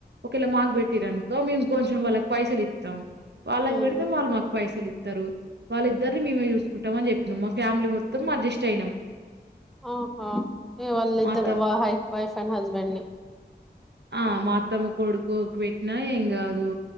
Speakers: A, on the right; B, in the centre.
A: ఒకేళ మాకు పెట్టిరునుక మేము కొంచెం వాళ్ళకి పైసలు ఇస్తాం వాళ్ళగ
B: ఉమ్,
A: బెడితే మ వాళ్ళ మకు పైసలి ప్తారు వాళ్ళిద్దరిని మేమే చూసుకుంటాం అని చెప్పినన్నాం మా ఫ్యామిలీ మొత్తం అడ్జస్ట్ అయినాం
B: ఆహా వాళ్ళిద్దరు
A: మా అత్త
B: వైఫ్ అండ్ హస్బెండ్ ని
A: ఆ మాత్తమ్మ కొడుకోకి పెట్టినా ఏం కాదు